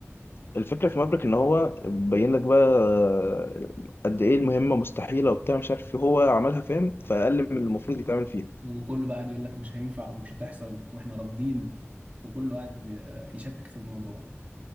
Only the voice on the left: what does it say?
الفكرة في مافريك إن هو بين لك بقى آه، قد إيه المهمة مستحيلة وبتاع مش عارف إيه، هو عملها فاهم فأقل من المفروض يتعمل فيها